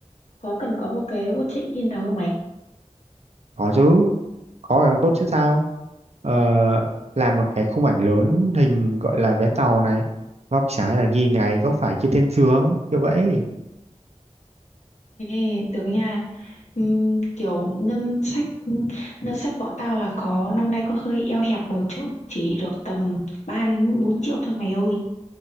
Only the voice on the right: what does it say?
có chứ có càng tốt chứ sao ờ, làm một cái khung ảnh lớn hình gọi là vé tàu này góc trái là ghi ngày góc phải ghi tên trường kiểu vậy